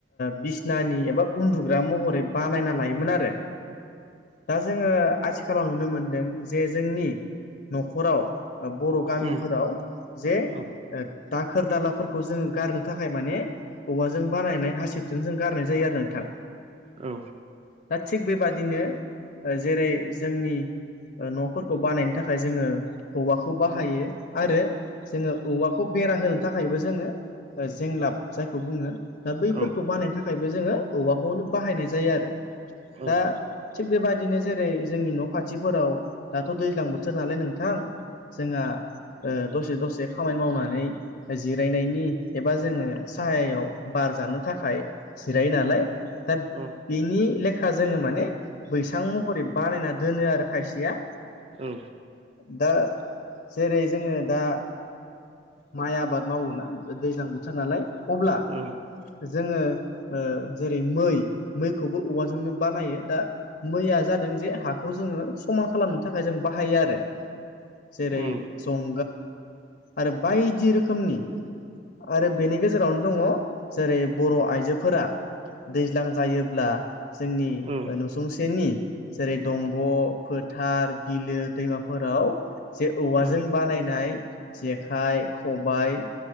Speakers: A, on the left (about 55°); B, on the right (about 35°).
A: बिसनानि एबा उन्दुग्रा महरै बानायना लायोमोन आरो दा जोङो आथिखालाव नुनो मोनो जे जोंनि न'खराव बर' गामिफोराव
B: उम
A: जे
B: औ
A: दाखोर दालाफोरखौ जोंङो गारनो थाखाय माने औवाजों बानायनाय हासिबजों जों गारनाय जायो आरो नोंथां
B: औ
A: दा थिग बेबादिनो जेरै जोंनि न'फोरखौ बानायनो थाखाय जोंङो औवाखौ बाहायो आरो जोंङो औवाखौ बेरा होनो थाखायबो जोंङो जेंलाब जायखौ बुंङो दा बैफोरखौ
B: औ
A: खौ बानायनो थाखायबो जोङो औबवाखौनो बाहायनाय जायो आरो
B: औ
A: दा थिग बेबायदिनो जेरै जोंनि न' खाथिफोराव दाथ' दैज्लां बोथोर सोर नलाय नोंथां जोंहा दसे दसे खामानि मावनानै जिरायनायनि एबा जोङो साहायाव बार जानो थाखाय जिरायो नालाय दा
B: औ
A: बिनि लेखा जोंङो माने बैसां महरै बानायना दोनो आरो खायसिया
B: औ
A: दा जेरै जोंङो दा माइ आबाद मावोना दैज्लां बोथोर नालाय अब्ला
B: औ
A: जोङो जेरै मै मैखौबो औवाजोंनो बानायो दा मैया जादों जे हाखौ जोंङो समान खालामनो थाखाय जों बाहायो आरो जेरै
B: उम
A: जं आरो बायदि रोखनि आरो बेनि गेजेर जेरावनो दङ जेरै बर' आइजोफोरा दैज्लां जायोब्ला जोंनि
B: औ
A: नुसुंसेनि जेरै दंग' फोथार बिलो दैमाफोराव जे औवाजों
B: औ
A: बानायनाय जेखाइ खबाइ